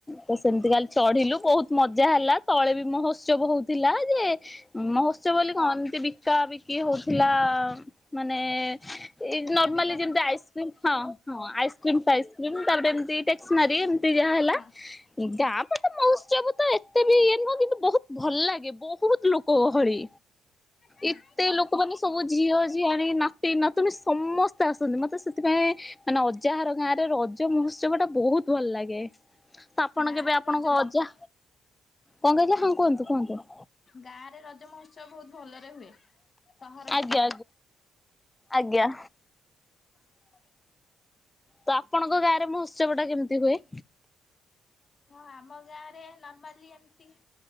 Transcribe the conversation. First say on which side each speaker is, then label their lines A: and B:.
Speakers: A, on the left; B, on the left.
A: ତ ସେମିତି କାଲି ଚଢ଼ିଲୁ ବୋହୁତ ମଜା ହେଲା ତଳେ ବି ମହୋତ୍ସବ ହୋଉଥିଲା ଯେ
B: ହଁ
A: ମହୋତ୍ସବ ବୋଲି କଣ ଏମତି ବିକା ବିକି ହଉଥିଲା ମାନେ ଏଇ
B: କିଣା
A: ନର୍ମାଲି
B: ବିକା
A: ଯେମିତି
B: ପଡିଥିଲା
A: ଆଇସ୍କ୍ରିମ ହଁ ହଁ ଆଇସ୍କ୍ରିମ୍ ପାଇସ୍କ୍ରିମ ତାପରେ ଏମିତି ଟେକ୍ସନାରୀ ଏମିତି ଯାହା ହେଲା
B: ହଁ
A: ଉଁ
B: ହଁ
A: ଗାଁ ପା <unintelligible> ମହୋତ୍ସବ ତ ଏତେ ବି ଇଏ ନୁହଁ କିନ୍ତୁ ବୋହୁତ ଭଲ ଲାଗେ ବହୁତ ଲୋକ ଗହଳି।
B: ହଁ
A: ଏତେ ଲୋ ଲୋକମାନେ ସବୁ ଝିଅ, ଝିଆଣି, ନାତି, ନାତୁଣୀ ସମସ୍ତେ ଆସନ୍ତି। ମୋତେ ସେଥିପାଇଁ ମାନେ ଅଜାହାର ଗାଁରେ, ରଜ ମହୋତ୍ସବ ଟା ବହୁତ୍ ଭଲ ଲାଗେ। ତ ଆପଣ
B: ଗାଁରେ
A: କେବେ ଆପଣଙ୍କ
B: ରଜ ମହୋ
A: ଅଜା! କଣ କହିଲେ, ହଁ କୁହନ୍ତୁ, କୁହନ୍ତୁ।
B: ଗାଁ ରେ ରଜ ମହୋତ୍ସବ ବହୁତ ଭଲରେ ହୁଏ। ସହର
A: ଆଜ୍ଞା,
B: ଅପେକ୍ଷା
A: ଆଜ୍ଞା, ଆଜ୍ଞା।
B: <inaudible>
A: ତ ଆପଣଙ୍କ ଗାଁରେ, ମହୋତ୍ସବ ଟା କେମିତି ହୁଏ?
B: ହଁ, ଆମ ଗାଁରେ ନର୍ମାଲି ଏମିତି,